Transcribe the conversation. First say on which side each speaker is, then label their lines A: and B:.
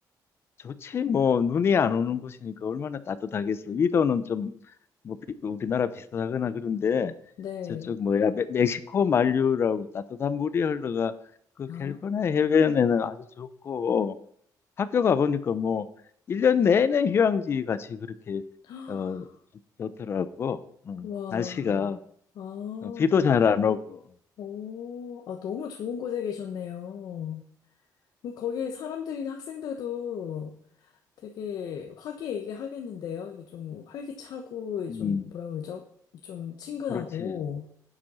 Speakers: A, on the left; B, on the left.
A: 좋지 뭐 눈이 안 오는 곳이니까 얼마나 따뜻하겠어. 위도는 좀 뭐 우리나라 비슷하거나 그런데
B: 네.
A: 저쪽 뭐야 멕- 멕시코 만류라고 따뜻한 물이 흘러가 그
B: 아,
A: 캘리포니아 해변에는 아주 좋고 학교 가보니까 뭐, 1년 내내 휴양지 같이 그렇게,
B: <gasps>
A: 어, 좋더라고. 음,
B: 와,
A: 날씨가,
B: 아,
A: 어, 비도 잘 안 오고.
B: 오, 아, 너무 좋은 곳에 계셨네요. 그럼 거기 사람들이나 학생들도 되게 화기애애하겠는데요? 이게 좀 활기차고, 좀
A: 음,
B: 뭐라 그러죠? 좀 친근하고.
A: 그렇지.